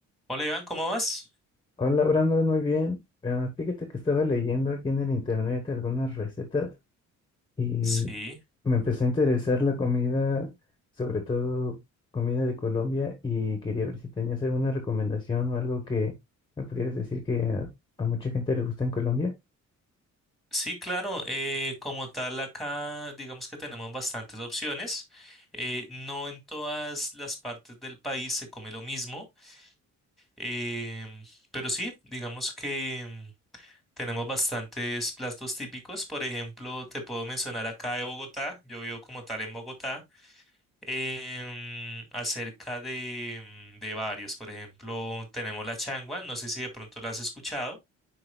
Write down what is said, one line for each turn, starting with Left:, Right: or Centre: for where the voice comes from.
Centre: Hola Iván, ¿cómo vas?
Left: Hola Brandon, muy bien. Ah, fíjate que estaba leyendo aquí en el internet algunas recetas y
Centre: Sí,
Left: me empezó a interesar la comida, sobre todo comida de Colombia, y quería ver si tenías alguna recomendación o algo que me pudieras decir que a, a mucha gente le gusta en Colombia.
Centre: sí, claro. eh, como tal, acá digamos que tenemos bastantes opciones. Eh, no en todas las partes del país se come lo mismo, em, pero sí, digamos que em, tenemos bastantes platos típicos. Por ejemplo, te puedo mencionar acá de Bogotá. Yo vivo como tal en Bogotá. em, acerca de, em, de varios. Por ejemplo, tenemos la changua. No sé si de pronto la has escuchado.